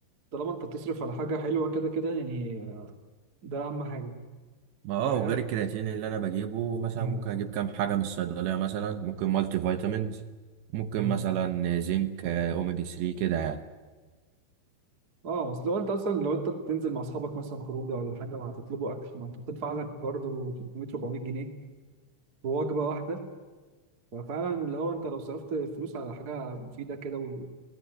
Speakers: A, on the right; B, on the right.
A: طالما انت بتصرف على حاجه حلوه كده كده يعني ده اهم حاجه
B: ما اه
A: يعني
B: وغير الكرياتين اللي انا بجيبه مثلا
A: مم.
B: ممكن اجيب كام حاجه من الصيدليه مثلا ممكن مالتي فيتامينز ممكن
A: مم.
B: مثلا زنك آه، اوميجا 3 كده يعني
A: اه اصل لو انت اصلا لو انت بتنزل مع اصحابك مثلا خروجه ولا حاجه وهتطلبوا اكل ما انت بتدفع لك برضه 300 400 جنيه ووجبة واحدة ففعلا اللي هو انت لو صرفت فلوس على حاجة مفيدة كده و...